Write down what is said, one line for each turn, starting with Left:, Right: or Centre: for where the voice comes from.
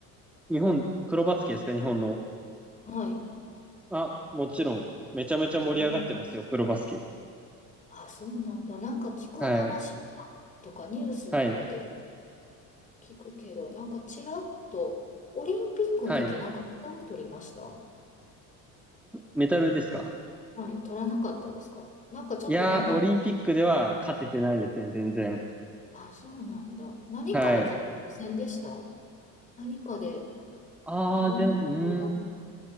Centre: 日本、プロバスケですか、日本の。
Left: はい。
Centre: あ、もちろん。めちゃめちゃ盛り上がってますよ、
Left: あれも、
Centre: プロバスケ。
Left: あ、そうなんだ。なんか聞く話
Centre: はい。
Left: とかニュースとかで
Centre: はい。
Left: 聞くけど、なんかちらっと、オリンピックの時なんかメダル取りました
Centre: はい。んメダルですか
Left: はい、取らなかったですかなんかちょっとなんかもう、
Centre: いやー、オリンピックでは勝ててないですね、全然。
Left: あ、そうなんだ。何かで勝ってませんでした
Centre: はい。
Left: 何かで、
Centre: ああ、
Left: なんか、
Centre: でも、うーん。
Left: あれが